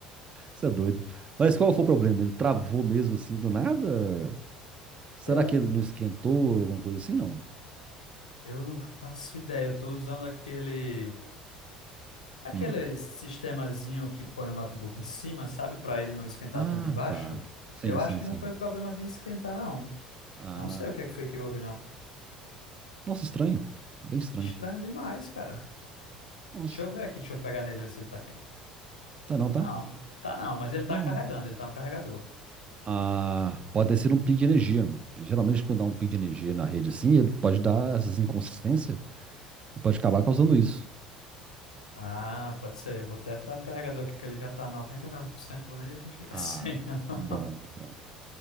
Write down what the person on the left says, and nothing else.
Eu não,
eu não faço ideia. Eu tô usando aquele. Aquele
sistemazinho que põe o notebook em cima, sabe? Para ele não esquentar
tanto embaixo.
Eu acho
que
não foi problema de esquentar, não.
Não sei o que é que foi que houve, não.
Estranho demais, cara.
Deixa eu ver aqui, deixa eu pegar nele e ver se ele tá quente.
Não, tá não, mas ele tá
carregando, ele tá no carregador.
Ah, pode ser. Eu vou até tirar do carregador aqui, que ele já tá 99%. vou nem deixar chegar <laughs>
sem, não.